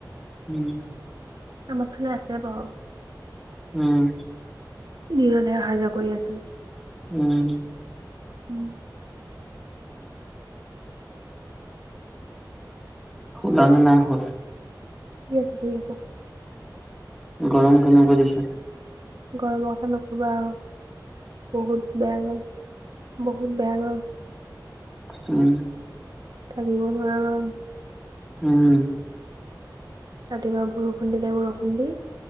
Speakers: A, in the centre; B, on the right.
A: উম।
B: আমাৰ ফালে আছে বাও।
A: উম।
B: নিয়ণে অহা যোৱা কৰি আছিলে।
A: উম।
B: উম।
A: শুলানে নাই হোৱা?
B: <unintelligible>
A: গৰম কেনেকুৱা দিছে
B: গৰমৰ কথা নকবা আৰু বহুত বেয়া গৰম বহুত বেয়া গৰম
A: উম
B: থাকিব নোৱাৰা গৰম
A: উম
B: ৰাতিপুৱা বৰষুণ দিলে বৰষুণ দি